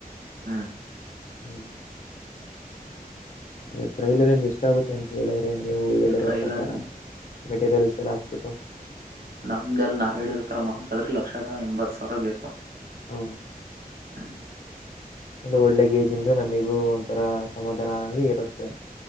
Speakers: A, on the right; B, on the left.
A: ಹ್ಮ್
B: ಹ್ಮ್ ಇ ಟ್ರೈಲರಿ ಇಂದ ಇಷ್ಟ ಆಗುತ್ತೆ ಅಂತ ಹೇಳಿದ್ರೆ ನೀವು ಹೇಳಿರೋ
A: ಟ್ರೈಲರ್
B: ಪ್ರಕಾರ ಮೆಟೀರಿಯಲ್ಸ್ ಎಲ್ಲ ಆಗ್ಬಿಟ್ಟು
A: ನಾಮ ಹೇಳಿರತರ ಮಾಹತ್ ಅ ಆದ್ರೆ ಲಕ್ಷದ ಎಂಬತ್ ಸಾವಿರ ಬೇಕು
B: ಹ
A: ಹ್ಮ್
B: ಒಂದು ಒಳ್ಳೆೇಜ್ ಇಂದು ನಮಿಗೂ ಒಂಥರ ಸಮಧ ಬದರಾಗಿ ಇರುತ್ತೆ